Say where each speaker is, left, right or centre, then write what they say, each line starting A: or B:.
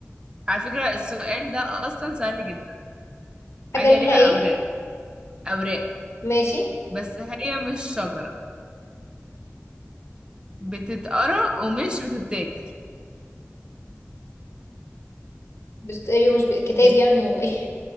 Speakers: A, on the right; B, on the left.
A: على فكرة السؤال ده أصلا سهل جدا
B: حاجة
A: حاجة
B: ليها
A: ليها أوراق
B: ايه
A: أوراق
B: ماشي
A: بس هي مش شجرة بتتقرأ ومش بتتاكل
B: بستقري مش كتاب
A: دي س-
B: يعني ولا ايه